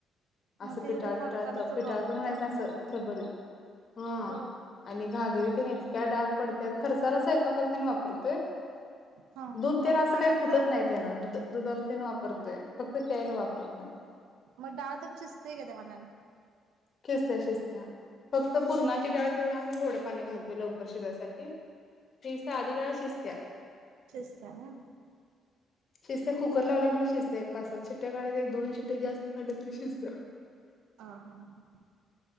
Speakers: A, on the left (about 50°); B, on the right (about 85°).
A: असं
B: मग ते
A: पिटाळ
B: तुम्ही खर्चाला
A: पिटाळत
B: चढ
A: पिटाळ
B: वापरता
A: पण म्हणायचं असं खरबरीत हा.
B: बर
A: आणि घागरी त्याने इतक्या डाग पडत्या खर्चाला सायपाकाल त्यांनी वापरतोय
B: हा
A: दूध
B: मग
A: त्याला
B: त्या
A: असं
B: पाण्यात
A: काही फुटत नाही त्यान दु दुधाला तेन वापरतोय फक्त प्यालावापरत नाही
B: मग डाळ तुमची शिस्ते का ते पाण्यानान
A: खिस्त्या शिजत्या फक्त पुूरणाची डाळ तेवढा आम्ही गोड पाणी घालतोय लवकर शिजयसाठी शिस आधि दाळ शिष्य त्या
B: शिस सा उन
A: शिजत्या कुकरर लावल्यामुळे शिजत्या एक पाच सात शिट्ट्या काढत दोनशिट्ट्या जास्त काढ तरी शिस्त्या आ
B: आ हा हा